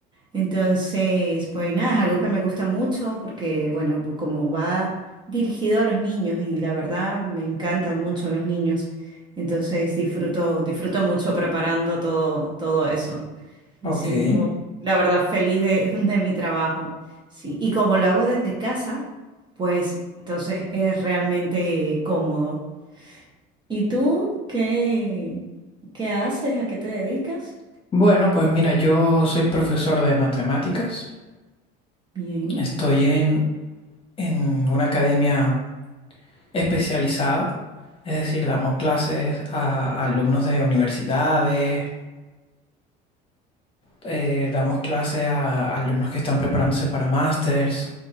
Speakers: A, on the right (about 25°); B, on the left (about 30°).
A: Entonces, pues nada, es algo que me gusta mucho porque, bueno, pues como va dirigido a los niños y la verdad me encantan mucho los niños. Entonces disfruto, disfruto mucho preparando todo, todo eso. Me
B: ok.
A: siento, la verdad, feliz de, <laughs> de mi trabajo. Sí, y como lo hago desde casa, pues entonces es realmente cómodo. ¿Y tú qué, qué haces? ¿A qué te dedicas?
B: Bueno, pues mira, yo soy profesor de matemáticas.
A: Bien,
B: Estoy en, en una academia especializada, es decir, damos clases a, a alumnos de universidades, eh, damos clases a alumnos que están preparándose para másters.